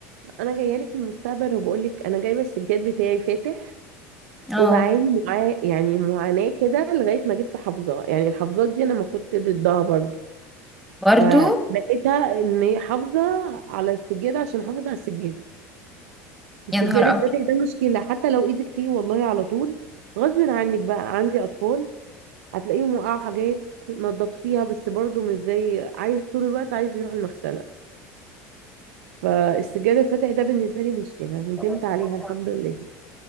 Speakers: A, on the right; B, in the centre.
A: أنا جاية لك من المستقبل وبقول لك أنا جايبة السجاد بتاعي فاتح
B: اه
A: وبعاني معاه يعني معاناة كده لغاية ما جبت حافظة يعني الحافظات دي أنا ما كنت ضدها برضه
B: برضو
A: فلقيتها ان هي حافظه على السجاده عشان حافظه على السجاده السجاده
B: يا نهار
A: الفاتح ده مشكله حتى لو ايدك فيه والله على طول غصب عنك بقى عندي اطفال هتلاقيهم وقعوا حاجات نظفتيها بس برضو مش زي عايز طول الوقت عايز يروح المغسله فالسجاده الفاتح ده بالنسبه لي مشكله ندمت
B: ابيض
A: عليها الحمد لله